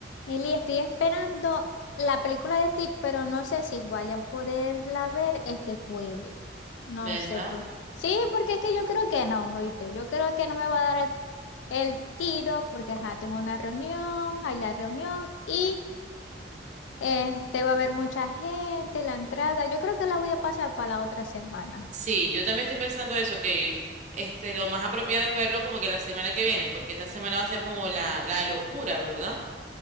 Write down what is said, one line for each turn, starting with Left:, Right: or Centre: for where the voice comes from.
Left: Mili, estoy esperando la película de Stitch, pero no sé si vaya a poderla ver este jueves. No
Right: ¿Verdad?
Left: sé. Pues. Sí, porque es que yo creo que no, ¿oíste? Yo creo que no me va a dar el, el tiro porque, ajá, tengo una reunión, hay la reunión y este va a haber mucha gente, la entrada. Yo creo que la voy a pasar para la otra semana.
Right: Sí, yo también estoy pensando eso, que este, lo más apropiado es verlo como que la semana que viene, porque esta semana va a ser como la, la locura, ¿verdad?